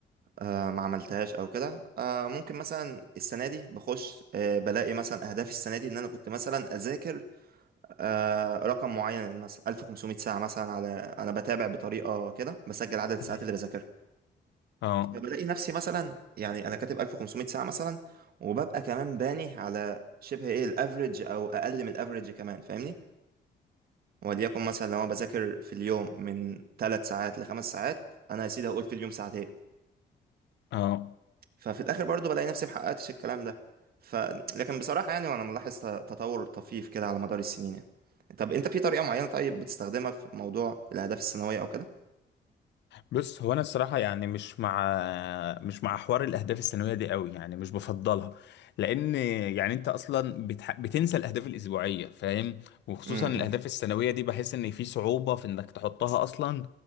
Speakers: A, on the right (about 55°); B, on the left (about 70°).
A: آه، ما عملتهاش أو كده آه، ممكن مثلا السنة دي بخش آه، بلاقي مثلا أهدافي السنة دي إن أنا كنت مثلا أذاكر آه رقم معين مثلا 1500 ساعة مثلا على أنا بتابع بطريقة كده بسجل عدد الساعات
B: مم.
A: اللي بذاكرها
B: اه
A: فبلاقي نفسي مثلا يعني أنا كاتب 1500 ساعة مثلا وببقى كمان باني على شبه إيه الأفريج أو أقل من الأفريج كمان فاهمني وليكن مثلا لو أنا بذاكر في اليوم من 3 ساعات لخمس ساعات أنا يا سيدي هقول في اليوم ساعتين
B: اه
A: ففي الاخر برضو بلاقي نفسي محققتش الكلام ده ف لكن بصراحه يعني وانا ملاحظ ت- تطور طفيف كده على مدار السنين يعني طب انت في طريقه معينه طيب بتستخدمها في موضوع الاهداف السنويه او كده
B: بص هو انا الصراحه يعني مش مع مش مع حوار الاهداف السنويه دي قوي يعني مش بفضلها لان يعني انت اصلا بتح... بتنسى الاهداف الاسبوعيه فاهم وخصوصا
A: امم
B: الاهداف السنويه دي بحس ان في صعوبه في انك تحطها اصلا